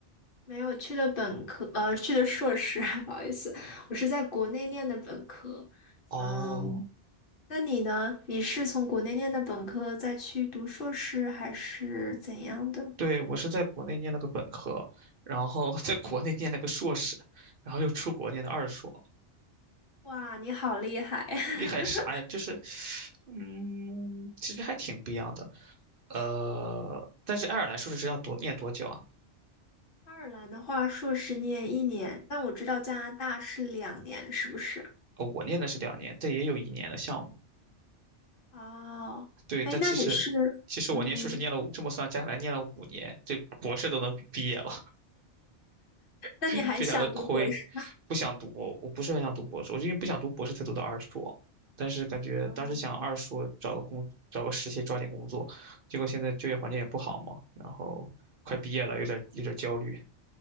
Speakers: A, on the left; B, on the right.
A: 没有去的本科，呃，去的硕士，<laughs> 不好意思，我是在国内念的本科。
B: 哦，
A: 嗯，那你呢？你是从国内念的本科再去读硕士，还是怎样的？
B: 对，我是在国内念了个本科，然后 <laughs> 在国内念了个硕士，然后又出国念的二硕，
A: 哇，你好厉害！<laughs>
B: 厉害啥呀？就是，嗯，其实还挺不一样的。呃，但是爱尔兰硕士是要多念多久啊？
A: 爱尔兰的话，硕士念一年，但我知道加拿大是两年，是不是？
B: 呃，我念的是两年，这也有一年的项目。
A: 哦，
B: 对，
A: 哎，
B: 但其实其实我念硕士念了五这么算加起来念了五年，
A: 那你是，嗯，
B: 这博士都能毕毕业了，
A: 那你还想读博士？
B: <laughs> 非常的亏。不想读，我不是很想读博士，我就因为不想读博士才读的二硕，但是感觉当时想二硕找个工找个实习抓紧工作，
A: 哦，
B: 结果现在就业环境也不好嘛，然后快毕业了，有点有点焦虑。